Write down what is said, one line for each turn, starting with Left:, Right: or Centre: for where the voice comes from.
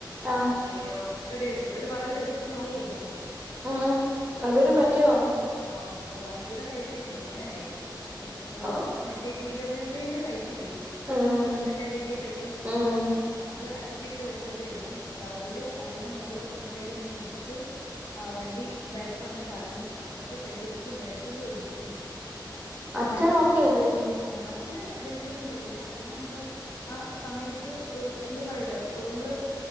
Right: ആഹ്
Left: എവിടെയോ എവിടെയോ വെച്ച്ട്ട് ഒരു വളവ്ൽ വെച്ച്ട്ട് മഴയേര് ന്നോണം.
Right: ആഹ് എന്തേലും പറ്റിയോ?
Left: ആ വണ്ടിടെ കാര്യത്ത് തീര്മാനായി ലെക്ക്
Right: ആഹ്
Left: മ പി പി ഡബ്ല്യുഡേന്റെ പൈപ്പി ല്ലേ?
Right: ഉം
Left: വെള്ളത്തിന്റെ വല്യ പൈപ്പ്
Right: ഉം
Left: അത് അട്ടിക്കിട്ട് വെച്ചതയ്ര്ന്ന് വളവില് അതിനെ മോള്ല് ഒരു സൈഡിൽ ചെന്ന് ഇടിച്ച് ആഹ് വണ്ടി ബാക്ക് വന്ന് കറങ്ങി അപ്പൊർത്തെ സൈഡ് ഇട്ച്ച് ബാക്കിലും ഇട്ച്ചിട്ട് നിർത്തി.
Right: അച്ഛന്
Left: അങ്ങനെ
Right: ഓക്കെയല്ലേ?
Left: ആഹ് അച്ഛന് വല്തായിട്ടൊന്ന് പ ഇല്ല അച്ഛന് എന്തോ ആഹ് സമയത്ത് ഹ് മ്മള് പറയല്ലോ ഹ് മ്മള്